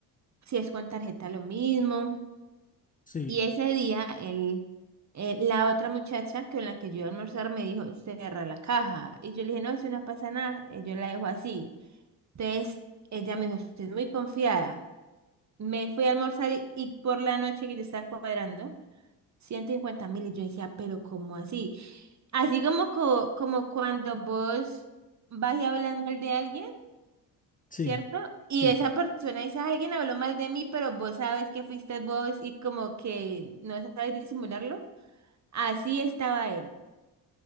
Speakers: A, on the right; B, on the left.
A: Si es con tarjeta lo mismo.
B: sí,
A: Y ese día el, eh, la otra muchacha con la que yo iba a almorzar me dijo, cerra la caja. Y yo le dije, no, eso no pasa nada. eh, Yo la dejo así. Entonces ella me dijo, usted es muy confiada. Me fui a almorzar y, y por la noche que yo estaba cuadrando, ciento cincuenta mil. Y yo decía, pero ¿cómo así? Así como, co- como cuando vos vas y hablas mal de alguien,
B: sí,
A: ¿cierto? Y
B: sí,
A: esa
B: sí.
A: persona dice, alguien habló mal de mí, pero vos sabes que fuiste vos y como que no sabes disimularlo. Así estaba él.